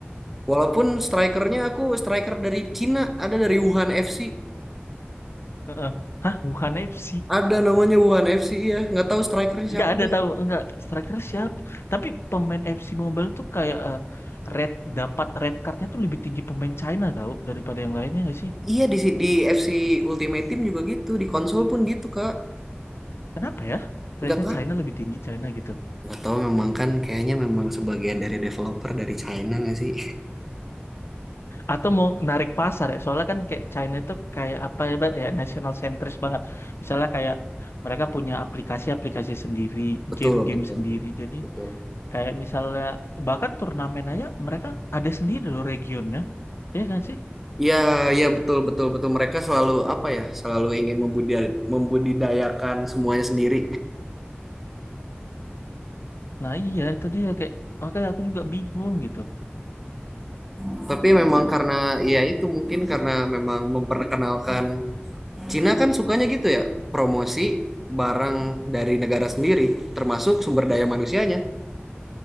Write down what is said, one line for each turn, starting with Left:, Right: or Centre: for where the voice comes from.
Centre: Walaupun strikernya aku striker dari Cina, ada dari Wuhan FC.
Left: Heeh. Hah, bukan FC.
Centre: Ada namanya Wuhan FC iya, nggak tahu strikernya siapa.
Left: Ya ada tahu enggak striker siapa? Tapi pemain FC Mobile tuh kayak eh, red dapat red cardnya tuh lebih tinggi pemain China tahu daripada yang lainnya nggak sih?
Centre: Iya di si- di FC Ultimate Team juga gitu, di konsol pun gitu, Kak.
Left: Kenapa ya? Rednya
Centre: Nggak tahu.
Left: China lebih tinggi China gitu.
Centre: Nggak tahu memang kan kayaknya memang sebagian dari developer dari China nggak sih?
Left: atau mau narik pasar ya soalnya kan kayak China itu kayak apa ya Bat, ya national centris banget misalnya kayak mereka punya aplikasi-aplikasi sendiri
Centre: <laughs> Betul,
Left: game-game
Centre: betul,
Left: sendiri jadi
Centre: betul.
Left: kayak misalnya bahkan turnamen aja mereka ada sendiri loh regionnya ya kan sih
Centre: Iya, iya betul betul betul mereka selalu apa ya? Selalu ingin membudidaya membudidayakan semuanya sendiri.
Left: nah iya itu dia kayak makanya aku juga bingung gitu
Centre: Tapi memang karena ya itu mungkin karena memang memperkenalkan Cina kan sukanya gitu ya, promosi barang dari negara sendiri termasuk sumber daya manusianya.